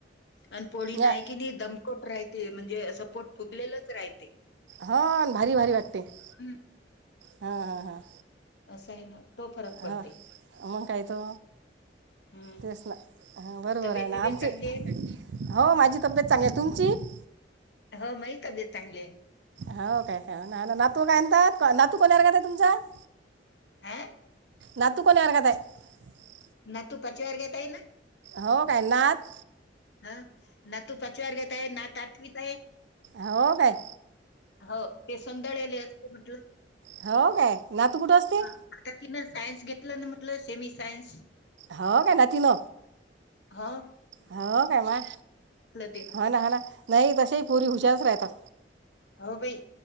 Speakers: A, on the left (about 70°); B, on the right (about 80°).
A: आणि पोळी
B: या
A: नाही कि नाही दमकोट राहते म्हणजे सपोट फुगलेलंच राहते <inaudible> <unintelligible>
B: हा भारी भारी वाटते <unintelligible> <unintelligible>
A: हं,
B: हा हा ह
A: असं आहे ना <unintelligible> <inaudible> पडते
B: हा म मग काही तो
A: हं.
B: तेच ना बरोबर
A: तब्येत
B: आहे ना
A: गिबेत
B: आमचे
A: चांगली आहे
B: हो माझी तब्येत चांगली तुमची <unintelligible> <inaudible>
A: ह माही तबीेत चांगली <unintelligible> <inaudible>
B: हो काय हो ना ना नातू काय म्हणतात नातू कोल्यार का तुमचा <unintelligible>
A: हा
B: नातकणी आरगत <inaudible> <unintelligible>
A: ना तू पच ववर घेताय ना <inaudible> <unintelligible>
B: हो काय नात
A: हा ना तू पाचारगेत आहे ना त आठवीत आहे
B: हो गय
A: हो ते संदळले असते म्हटलं
B: हो काय नातू कुठ अस असते
A: हा, आता तिनं सायन्स घेतलं ना म्हटलं सेमी सायन्स
B: हो घ ना तिन
A: हा
B: हो काय म
A: तिनं
B: हा ना हा ना नाही तसे पुरी हुशारच राहतात
A: हो भाई